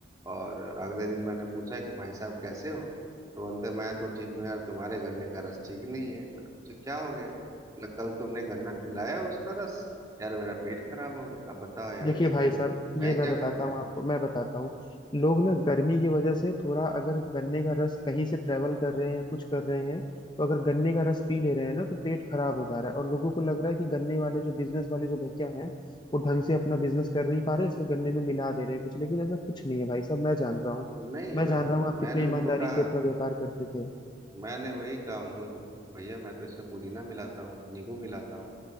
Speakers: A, on the right (about 20°); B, on the left (about 25°).
A: और अगले दिन मैंने पूछा कि भाई साहब कैसे हो तो बोलते मैं तो ठीक हूँ यार तुम्हारे गन्ने का रस ठीक नहीं है मैंने पूछा क्या हो गया बोला कल तुमने गन्ना पिलाया उसका रस यार मेरा पेट खराब हो गया अब बताओ यार
B: देखिए
A: इसमें
B: भाई साहब ये
A: मैं
B: मैं
A: क्या
B: बताता
A: करूँ यार
B: हूँ आपको मैं बताता हूँ लोग ना गर्मी की वजह से थोड़ा अगर गन्ने का रस कहीं से ट्रेवल कर रहे हैं या कुछ कर रहे हैं तो अगर गन्ने का रस पी ले रहे हैं ना तो पेट खराब हो जा रहा है और लोगों को लग रहा है कि गन्ने वाले जो बिजनेस वाले जो भैया हैं वो ढंग से अपना बिजनेस कर नहीं पा रहे इसलिए गन्ने में मिला दे रहे हैं कुछ लेकिन ऐसा कुछ नहीं है भाई साहब मैं जान रहा हूँ
A: नहीं
B: मैं
A: वही
B: जान
A: तो
B: रहा हूँ आप
A: मैंने
B: कितने
A: उनको
B: ईमानदारी
A: कहा
B: से अपना व्यापार करते थे
A: मैंने वही कहा उनको कि भैया मैं तो इसमें पुदीना मिलाता हूँ नींबू मिलाता हूँ